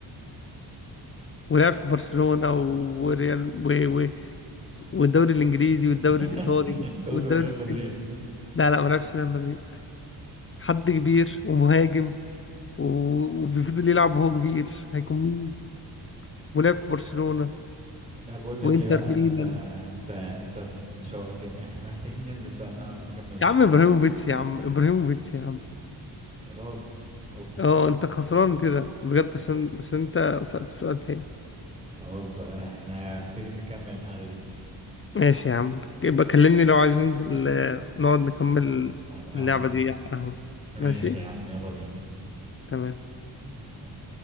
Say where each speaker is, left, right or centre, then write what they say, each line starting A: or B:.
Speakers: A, on the left; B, on the right.
A: ولعب في برشلونة وريال و... و... والدوري الانجليزي والدوري
B: <laughs>
A: الايطالي
B: انت قلت
A: والدوري
B: ريال
A: الفرنسي
B: مدريد
A: لا لا ما لعبش في ريال مدريد حد كبير ومهاجم و... وبيفضل يلعب وهو كبير هيكون مين ولعب في برشلونة
B: لا بقول لك
A: وانتر
B: ايه بقى انت
A: ميلان
B: انت انت انت شوقتني احنا محتاجين ننزل بقى نعرف نكمل الحاجات
A: يا عم ابراهيموفيتش
B: دي
A: يا عم ابراهيموفيتش يا عم
B: يا راجل اوف
A: اه انت خسران كده بجد عشان عشان انت سألت سؤال تاني
B: خلاص بقى احنا محتاجين نكمل القعدة دي
A: ماشي يا عم يبقى كلمني لو عايز ننزل آه، نقعد نكمل
B: على القهوة
A: اللعبة دي على القهوة
B: ماشي
A: ماشي
B: يا عم يلا بينا
A: تمام
B: يلا، سلام